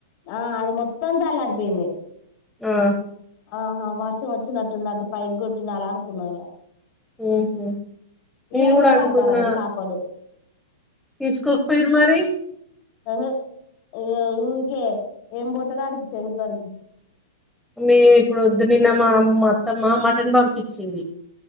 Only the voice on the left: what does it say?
ఆ అది మొత్తం చల్లారిపోయింది
ఆహా వా వచ్చినటుంద అటు పైక్ కొటినలా అనుకున్నా ఇగ
ఇయ్యాల
పడతారట చేపలు
అహ ఇగ ఊకే ఎం పోతడా లే అనిపించ చెరువుకాడికి